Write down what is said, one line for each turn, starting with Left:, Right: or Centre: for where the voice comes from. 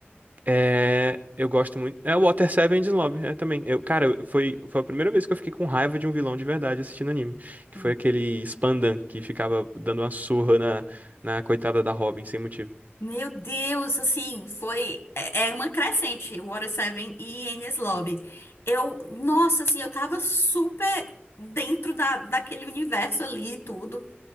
Right: É, eu gosto muito. É o Water Seven de Lobby, é também. Eu, cara, foi, foi a primeira vez que eu fiquei com raiva de um vilão de verdade assistindo anime. Que
Left: Hum,
Right: foi aquele Spandan que ficava dando uma surra na, na coitada da Robin sem motivo.
Left: Meu Deus, assim, foi. É é uma crescente, o Water Seven e Enies Lobby. Eu, nossa, assim, eu tava super dentro da, daquele universo ali e tudo.